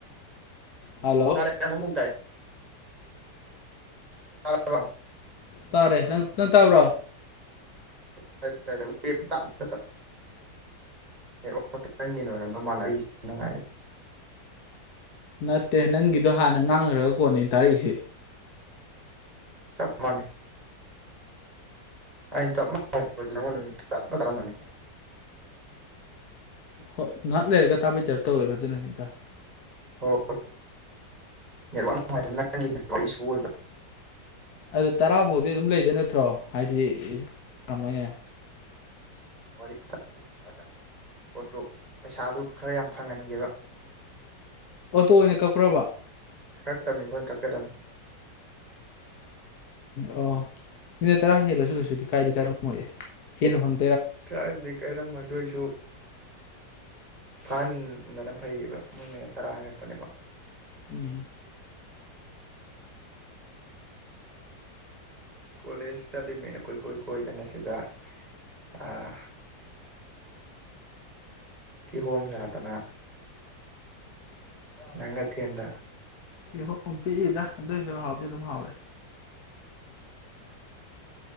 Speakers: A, on the left; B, on the right.
A: ꯍꯜꯂꯣ
B: ꯇꯥꯔꯦ ꯌꯥꯝ ꯑꯃꯃꯨꯛꯇ ꯇꯥꯏ ꯆꯔ
A: ꯇꯥꯔꯦ ꯅꯪ ꯅꯪ ꯇꯥꯕ꯭ꯔꯣ
B: ꯋ ꯆꯠꯄꯇꯪꯒꯤꯅ ꯑꯣꯏꯔꯝꯗꯧ ꯃꯥꯜꯂ ꯑꯩꯒꯤ ꯅꯨꯡꯉꯥꯏ
A: ꯅꯠꯇꯦ ꯅꯪꯒꯤ ꯑꯗ ꯍꯥꯟꯅ ꯉꯥꯡꯈ꯭ꯔꯒ ꯀꯣꯟꯅꯦ ꯇꯥꯔꯛꯏꯁꯦ
B: ꯆꯞ ꯃꯥꯅꯦ ꯑꯩꯅ ꯆꯞ ꯃꯥꯟꯅꯉ ꯅꯨꯃꯤ ꯆꯞꯅ ꯇꯥꯔꯝꯕꯅꯤ
A: ꯍꯣꯏ ꯉꯥꯏꯍꯥꯛ ꯂꯩꯔꯒ ꯇꯥꯕꯤ ꯇꯕ ꯇꯧꯋꯦꯕ ꯑꯗꯨꯅꯅꯤꯗ
B: ꯍꯣꯏ ꯅꯦꯠꯋꯥꯛ ꯅꯨꯡꯉꯥꯏꯇꯕ ꯅ ꯏꯁꯨ ꯑꯣꯏꯕ
A: ꯑꯗꯨ ꯇꯔꯥ ꯐꯥꯎꯗꯤ ꯑꯗꯨꯝ ꯂꯩꯗ ꯅꯠꯇ꯭ꯔꯣ ꯍꯥꯏꯗꯤꯝꯃꯣꯏꯅꯦ
B: ꯋꯥꯔꯤꯜꯂꯒ ꯄꯣꯠꯇꯨ ꯄꯩꯁꯥꯗꯨ ꯈꯔ ꯌꯥꯝ ꯐꯪꯍꯟꯒꯦꯕ
A: ꯑꯣꯇꯣ ꯑꯣꯏꯅ ꯀꯛꯈ꯭ꯔꯕ
B: ꯀꯛꯇꯕꯃꯤ ꯑꯩꯈꯣꯏꯅ ꯀꯛꯀꯗꯝꯕꯅꯤ
A: ꯑꯣ ꯃꯤꯅꯤꯠ ꯇꯔꯥ ꯍꯦꯜꯂꯁꯨ ꯀꯩꯁꯨꯗꯤ ꯀꯥꯏꯗꯤ ꯀꯔꯝ ꯑꯣꯏꯑꯦ ꯍꯅ ꯐꯪ
B: ꯀꯥꯏꯗꯤ ꯀꯥꯏꯔꯝ ꯃꯗꯨꯁꯨ ꯐꯍꯟꯕꯅ ꯐꯩꯌꯦꯕ ꯃꯣꯏꯅ ꯇꯔꯥ ꯍꯥꯏꯔꯛꯄꯅꯦꯕ
A: ꯎꯝ
B: ꯀꯣꯂꯦꯖ ꯆꯠꯂꯤꯃꯤꯅ ꯀꯣꯏꯀꯣꯏ ꯀꯣꯏꯗꯅ ꯁꯤꯗ ꯑꯥ ꯀꯤꯍꯣꯝ ꯌꯥꯗꯅ ꯅꯪꯒꯊꯦꯟꯗ
A: ꯏꯍꯣꯡ ꯄꯤꯛꯏꯗ ꯑꯗꯨꯏꯁꯨ ꯍꯥꯎꯗꯤ ꯑꯗꯨꯝ ꯍꯥꯎꯔꯦ